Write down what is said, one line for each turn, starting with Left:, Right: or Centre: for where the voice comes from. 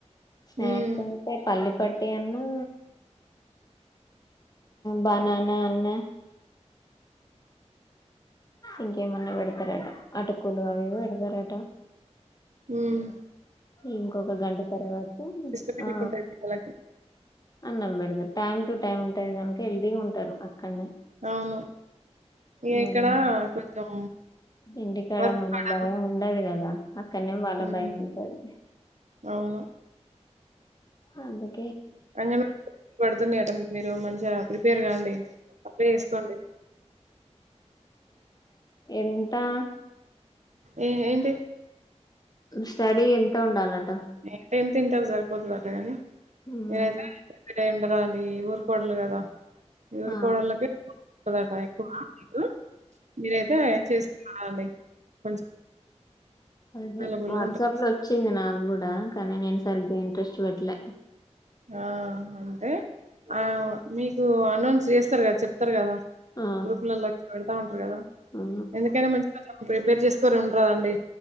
Left: స్నాక్స్
Right: హ్మ్
Left: అంటే పల్లి పట్ ట్టి అన్నా బననా అన్న ఇంకేమన్న పెడతరాట ఆటకులు అవి ఇవి పెడతరాట
Right: ఉమ్
Left: ఇంకొక గంట తర్వాత
Right: సిస్టమేటిక్
Left: ఆ
Right: ఉంటాయి పిల్లలకి
Left: అన్నంబెడతరు. టైమ్ టు టైమ్ ఉంటాంది గనుక హెల్దీగా ఉంటారు. అక్కడనే
Right: అవును ఇగ
Left: మన
Right: ఇక్కడ కొంచెం
Left: ఇంటికాడ
Right: వర్క్
Left: మన
Right: బర్డన్
Left: భయం ఉండదు కదా అక్కడనేమో వాళ్ళ
Right: హ్మ్
Left: భయం ఉంటది.
Right: అవును
Left: అదే
Right: అంగన్వాడికి పడుతున్నయట మీరు మ ప్రిపేర్ కాండి అప్లై ఏసుకోండి.
Left: ఎంటా?
Right: ఏ ఏంటి?
Left: స్టడీ ఎంత ఉండాలండ్
Right: ఎంత ఏం తింట సరిపోతదటాగాని
Left: ఉమ్.
Right: మీరైతే ఎండరా అండి ఊరుకోడలు కదా! ఊరు
Left: ఆ
Right: కోడల్లోకి ఎక్కువుంటాదట ఎక్కువ ఆ <unintelligible> మీరైతే చేసుకున్న ఆల్డే కొంచెం
Left: అదే
Right: అవైలబుల్గా
Left: వాట్సాప్
Right: ఉంటుంది
Left: లో వచ్చింది నాకు కూడా కానీ నేను సరిగ్గా ఇంట్రెస్ట్ పెట్టలే
Right: ఆ అంటే ఆ మీకు అనౌన్స్ చేస్తారు కదా చెప్తారు కదా.
Left: ఆ
Right: గ్రూప్ లలో పెడతా ఉంటారు కదా
Left: ఆ
Right: ఎందుకైనా మంచిగా ప్రిపేర్ చేసుకొని ఉండరాదండి.